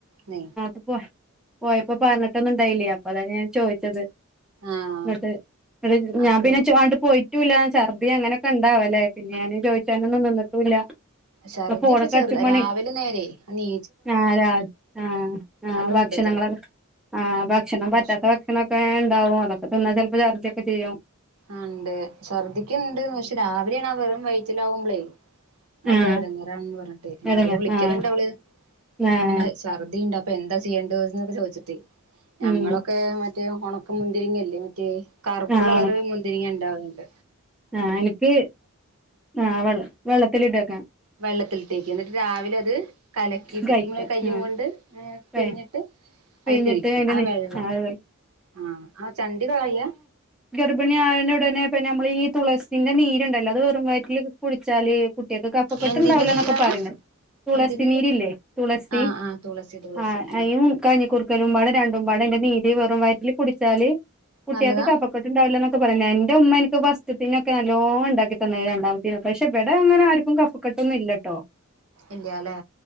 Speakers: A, on the right (about 85°); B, in the centre.
A: നീ
B: ഇപ്പൊ പോയപ്പോ പറഞ്ഞിട്ടൊന്നും ഉണ്ടായില്ല അപ്പൊ അതാണ് ഞാൻ ചോദിച്ചത്
A: ആഹ്
B: എന്നിട്ട് <unintelligible> ഞാൻ
A: അപ്പൊ
B: പിന്നെ <unintelligible> പോയി റ്റൂല്ല ഛർദി അങ്ങനൊക്കെ ഉണ്ടാവല്ലേ പിന്നെ ഞാന് ചോദിച്ചാനൊന്നും നിന്നിട്ടുല്ല
A: ഛർദ്ദി
B: ഫോണൊക്കെ
A: ഇപ്പ ചെറു
B: അടിച്ചുമ്പണേ
A: രാവിലെ നേരെയായി നീ
B: ആഹ് രാ ആഹ് ആഹ്
A: നല്ലോണ്ട്
B: ഭക്ഷണങ്ങളക്കെ
A: ഇത്രേ
B: ആഹ് ഭക്ഷണം
A: ഭക്ഷ
B: പറ്റാത്ത ഭക്ഷണൊക്കെ <unintelligible> ഉണ്ടാവും അതൊക്കെ തിന്ന ചിലപ്പോ ഛർദിയൊക്കെ ശെരിയാവും
A: ആഹ് ണ്ട് ഛർദിക്ക്‌ണ്ട് പക്ഷെ രാവിലെ ആ വെറും വയറ്റില് ആവുമ്പളേ നല്ല
B: ആഹ്
A: ഇടങ്ങേറണെന്ന് പറഞ്ഞിട്ട് രാവിലെ
B: അതന്നെ
A: വിളിക്കല്ണ്ട്
B: ആഹ്
A: അവള് അപ്പൊ
B: ആഹ്
A: ങ്ങനെ ഛർദ്ദിണ്ട് അപ്പൊ എന്താ ചെയ്യേണ്ടത് ചോദിച്ചിട്ട് ഞങ്ങളൊക്കെ
B: ഉം
A: മ റ്റേ ഉണക്ക മുന്തിരിങ്ങയില്ലേ മറ്റേ കറുപ്പ്
B: ആഹ്
A: കളർ മുന്തിരിങ്ങ ഉണ്ടാവുന്നുണ്ട്
B: ആ നിക് ആഹ് വെള്ള വെള്ളത്തില് ഇട്ട് വെക്ക്ണം
A: വെള്ളത്തിലിട്ട് വെക്കും എന്നിട്ട് രാവിലെ അത് കലക്കിയിട്ട്
B: കഴിക്ക
A: ഇങ്ങനെ കയ്യും
B: ആഹ്
A: കൊണ്ട് പിഴിഞ്ഞിട്ട്
B: പി പിഴിഞ്ഞിട്ട്
A: അത് കഴിക്ക
B: അതിന്റെ
A: ആ
B: നി
A: വെള്ളം
B: അത് കഴി
A: ആഹ് ആ ചണ്ടി കളയ്യാ
B: ഗർഭിണി ആയാല് ഉടനെ പിന്നെ നമ്മള് ഈ തുളസിന്റെ നീരുണ്ടല്ലോ അത് വെറും വയറ്റിൽ കുടിച്ചാല് കുട്ടികൾക്ക് കഫാക്കെട്ട്ണ്ടാവില്ല
A: എന്തിന്റെ നീരാണ്
B: എന്നൊക്കെ പറയുന്ന് തുളസി
A: എന്തിന്റെ
B: നീരില്ലേ
A: നീ
B: തുളസി
A: ആഹ് ആഹ് തുളസി തുളസി
B: ആഹ്
A: ആ
B: യിന് കഞ്ഞി കുറക്കലുംപടോ രണ്ടും പാടോ ആയിന്റെ നീര് വെറും വയറ്റില് കുടിച്ചാല് കുട്ടികൾക്ക്
A: നല്ലതാ
B: കഫ കഫകേട്ട്ണ്ടാവില്ലന്നൊക്കെ പറയ് എന്റെ ഉമ്മ എനിക്ക് ഫസ്റ്റത്തെനൊക്കെ നല്ലോ ഉണ്ടാക്കി തന്നത് രണ്ടാമത്തെന് പക്ഷെ ഇവിടെ അങ്ങനെ ആർക്കും കഫ കഫക്കെട്ടൊന്നുംമ് ഇല്ലട്ടോ
A: ഇല്ല്യാലേ